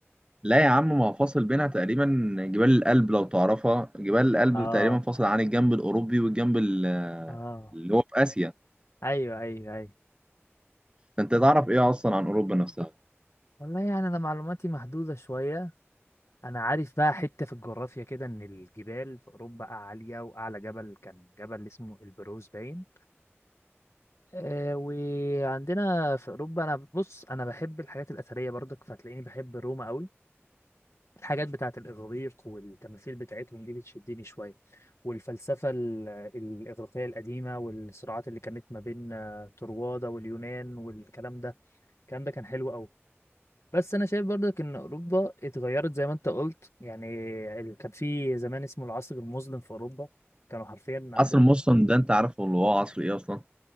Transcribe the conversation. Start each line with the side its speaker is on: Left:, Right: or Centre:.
Right: لا يا عم ما هو فاصل بينها تقريبا جبال الألب لو تعرفها جبال الألب
Left: اه
Right: تقريبا فاصل عن الجنب الأوروبي والجنب ال- آه،
Left: اه
Right: اللي هو في آسيا
Left: ايوه ايوه ايوه
Right: فأنت تعرف إيه أصلا عن أوروبا نفسها
Left: والله يعني انا معلوماتي محدوده شويه انا عارف بقى حته في الجغرافيا كده ان الجبال في اوروبا عاليه واعلى جبل كان جبل اسمه البروز باين آه وعندنا في اوروبا انا بص انا بحب الحاجات الاثريه برضك فهتلاقيني بحب روما قوي. الحاجات بتاعة الإغريق والتماثيل بتاعتهم دي بتشدني شوية والفلسفة ال- الإغريقية القديمة والصراعات اللي كانت ما بين آه، طروادة واليونان والكلام ده الكلام ده كان حلو أوي بس أنا شايف برضك إن أوروبا اتغيرت زي ما أنت قلت يعني ال- كان في زمان اسمه العصر المظلم في أوروبا كانوا حرفيا عندهم
Right: عصر مسلم ده أنت عارفه اللي هو عصر إيه أصلا